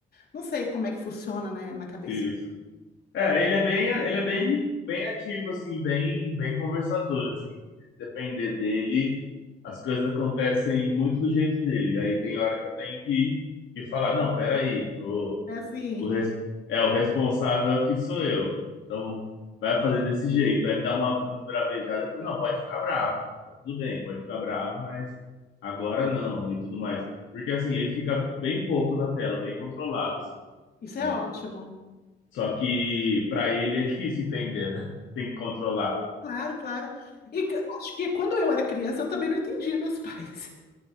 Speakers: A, on the left; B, on the left.
A: Não sei como é que funciona, né, na cabeça.
B: Isso. É, ele é bem, ele é bem, bem ativo assim, bem, bem conversador assim. Se Depender dele, as coisas acontecem muito do jeito dele. Aí tem hora que eu tenho que, que falar, não, peraí,
A: É assim,
B: O res- É, o responsável aqui sou eu. Então, vai fazer desse jeito. Aí ele dá uma bravejada. Eu falei, não, pode ficar bravo. Tá tudo bem, pode ficar bravo, mas agora não e tudo mais. Porque, assim, ele fica bem pouco na tela, bem controlado, assim,
A: isso
B: né?
A: é ótimo.
B: Só que pra ele é difícil entender, né? <laughs> Tem que controlar.
A: Claro, claro. E c- acho que quando eu era criança, eu também não entendia meus pais.